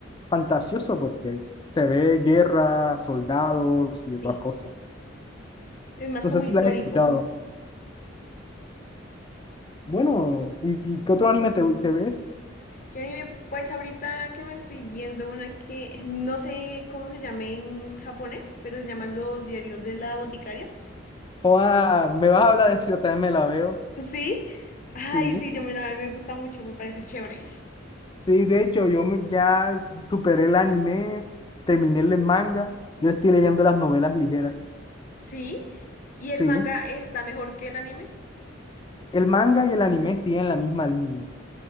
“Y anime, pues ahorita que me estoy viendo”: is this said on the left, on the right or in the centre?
Left